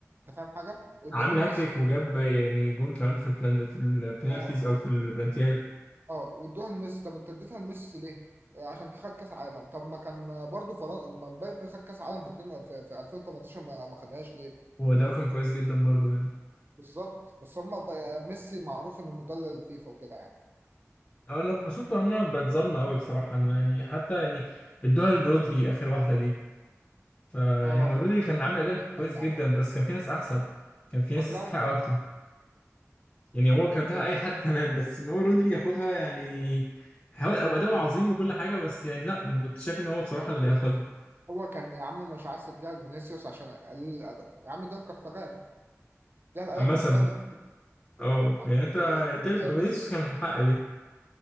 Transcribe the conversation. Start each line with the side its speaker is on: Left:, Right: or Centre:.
Right: انت فاهم حاجة؟ وادوها
Left: عامل
Right: لميسي
Left: هاتريك وجاب يعني جون كمان في البلان في البينالتيز
Right: اه
Left: او في البلانتيات
Right: اه وادوها لميسي طب انت اديتها لميسي ليه؟ آه، عشان خد كاس عالم طب ما كان برضو فرنسا لما امبابي خد كاس عالم في اتنين في, في 2018 ما ما خدهاش ليه؟
Left: وده كان كويس جدا برضو يعني
Right: بالظبط بس هم ميسي معروف انه مدلل الفيفا وكده يعني
Left: أو انا بشوف ان انا بتظلم قوي بصراحه إن يعني حتى يعني ادوها لرودري اخر واحده دي فيعني
Right: اه
Left: هو رودري كان عامل اداء
Right: ملوش دعوه
Left: كويس جدا
Right: عليه
Left: بس كان في ناس احسن كان في ناس
Right: ولا
Left: تستحق اكتر يعني هو كان اداها اي حد <laughs> تمام بس ان هو رودري ياخدها يعني حاول او اداؤه عظيم وكل حاجه بس يعني لا ما كنتش شايف ان هو بصراحه اللي ياخدها
Right: هو كان يا عم مش عايز تديها لفينيسيوس عشان قليل الادب يا عم ده الكرفغان ده القح
Left: مثلا
Right: من غير ما تكلم.
Left: اه
Right: يعني
Left: يعني انت
Right: تديها
Left: ديربي
Right: رودري
Left: كان حق